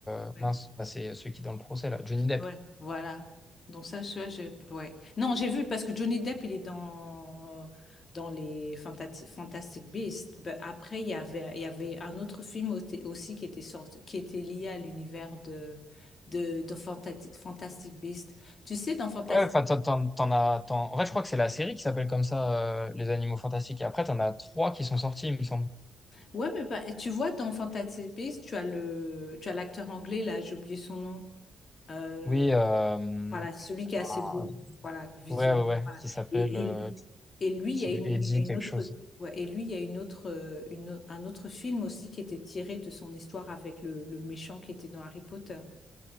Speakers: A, on the left (about 20°); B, on the left (about 45°).
A: euh,
B: Ouais.
A: mince, bah, c'est celui qui est dans le procès, là, Johnny Depp.
B: Ouais, voilà. Donc ça, ça, j'ai... Ouais. Non, j'ai vu parce que Johnny Depp, il est dans, dans les Fantastic, Fantastic Beasts. Ben, après, il y avait, il y avait un autre film au- aussi qui était sorti, qui était lié à l'univers de, de, de Fantati- Fantastic Beasts. Tu sais, dans Fantastic...
A: Ouais, enfin, t'en, t'en- t'en as. t'en- En fait, je crois que c'est la série qui s'appelle comme ça, euh, Les Animaux Fantastiques. Et après, t'en as trois qui sont sortis, il me semble.
B: Ouais, mais pas- tu vois, dans Fantastic Beasts, tu as le, tu as l'acteur anglais, là, j'ai oublié son nom. Euh,
A: Oui, euh...
B: Voilà, celui qui est
A: ah,
B: assez beau, voilà, visuellement.
A: ouais, ouais, ouais,
B: voilà.
A: qui s'appelle.
B: Et,
A: euh,
B: et, et lui, il
A: je
B: y
A: sais
B: a une,
A: plus, Eddie,
B: il y a une
A: quelque
B: autre,
A: chose.
B: ouais, et lui, il y a une autre, euh, une, au- un autre film aussi qui était tiré de son histoire avec le, le méchant qui était dans Harry Potter.